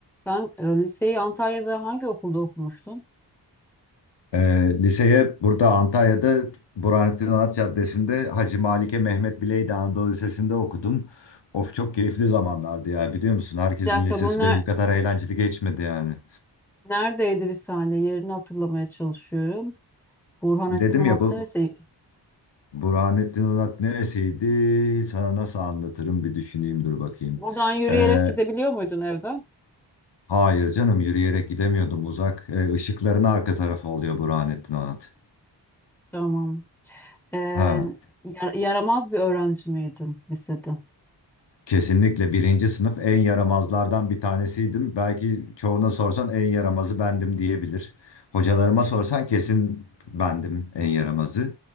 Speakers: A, in the centre; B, on the left (about 80°).
A: Sen e, liseyi Antalya'da hangi okulda okumuştun?
B: Ee, liseye burada Antalya'da Burhanettin Anıt Caddesi'nde Hacı Malike Mehmet Bileydi Anadolu Lisesi'nde okudum. Of çok keyifli zamanlardı ya biliyor musun? Herkesin
A: Bir dakika
B: lisesi
A: bu ner-
B: benim kadar eğlenceli geçmedi yani.
A: neredeydi bir saniye yerini hatırlamaya çalışıyorum. Burhanettin
B: Dedim
A: Anıt'ta
B: ya bu
A: lise.
B: Burhanettin Anıt neresiydi? Sana nasıl anlatırım bir düşüneyim dur bakayım.
A: Buradan yürüyerek
B: Ee,
A: gidebiliyor muydun evden?
B: hayır canım yürüyerek gidemiyordum uzak. Ee, ışıkların arka tarafı oluyor Burhanettin Anıt.
A: Tamam. Ee,
B: Ha.
A: yar- yaramaz bir öğrenci miydin lisede?
B: Kesinlikle birinci sınıf en yaramazlardan bir tanesiydim. Belki çoğuna sorsan en yaramazı bendim diyebilir. Hocalarıma sorsan kesin bendim en yaramazı.